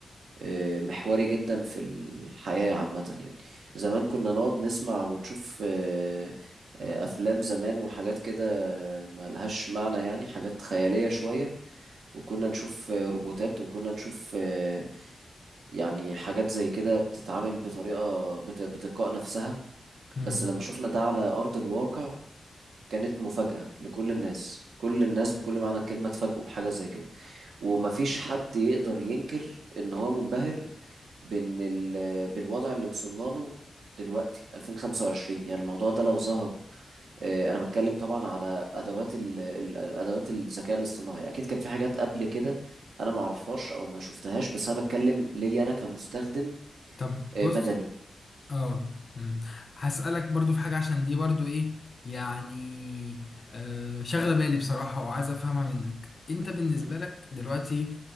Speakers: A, on the right; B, on the left.
A: آه، محوري جدا في الحياة عامة يعني زمان كنا نقعد نسمع ونشوف آه، آه، أفلام زمان وحاجات كده ملهاش معنى يعني حاجات خيالية شوية وكنا نشوف آه، روبوتات وكنا نشوف آه، يعني حاجات زي كده بتتعامل بطريقة بت- بتلقاء نفسها
B: مم.
A: بس لما شفنا ده على أرض الواقع كانت مفاجأة لكل الناس كل الناس بكل معنى الكلمة اتفاجئوا بحاجة زي كده ومفيش حد يقدر ينكر ان هو منبهر بان ال- بالوضع اللي وصلنا له دلوقتي 2025 يعني الموضوع ده لو ظهر آه، انا بتكلم طبعا على ادوات ال- ال- الادوات الذكاء الاصطناعي اكيد كان في حاجات قبل كده انا ما اعرفهاش او ما شفتهاش بس انا بتكلم ليا انا كمستخدم
B: طب
A: آه،
B: بص
A: مدني
B: اه مم. هسألك برضو في حاجة عشان دي برضو ايه يعني آه شاغلة بالي بصراحة وعايز افهمها منك انت بالنسبة
A: مم.
B: لك دلوقتي